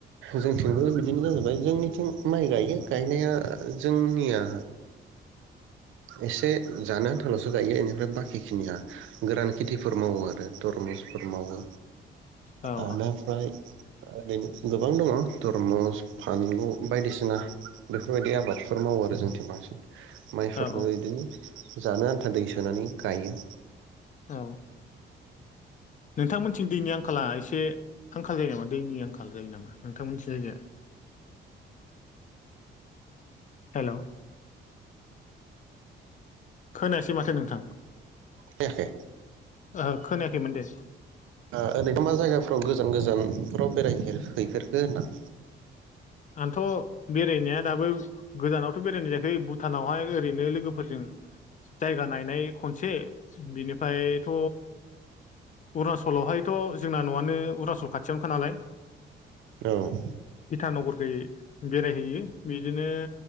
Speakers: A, on the right; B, on the left.
A: जोंथिंबो बिदिनो जाजोबबाय जोंनिथिं माइ गायो गायनाया जोंनिया एसे जानो आन्थाल'सो गायो बेनिफ्राय बाखिखिनिया गोरान खेथिफोर मावो आरो थरमुसफोर मावो
B: औ
A: आना फ्राय ओरैनो गोबां दङ थरमुस फानलु बायदिसिना बेफोरबायदि आबादफोर मावो आरो जोंथिं बांसिन मायफोर
B: औ
A: होयैदोंङो जानो आन्था दै सोनानै गायो
B: औ नोंथांमोनथिनि दैनि आंखाला एसे आंखाल जायो नामा दैनि आंखाल जायो नामा नोंथांमोनथिं जायगाया हेल' खोनायासै ए माथो नोंथां
A: खोनायाखै
B: ओहो खोनायाखैमोन दे
A: ओ ओरैनो मा जायगाफ्राव गोजान गोजानफोराव बेराय हैैफेरखो होनदां
B: आंथ' बेरायनाया दाबो गोजानावथ' बेरायनाय जायाखै बु भुटानावहाय ओरैनो लोगोफोरजों जायगा नायनाय खनसे बिनिफ्रायथ' अरुणाचलावहायथ' जोंना न'आनो अरुनाचल खाथियावनोखा नालाय
A: औ
B: इथा नगरखै बेरायहैयो बिदिनो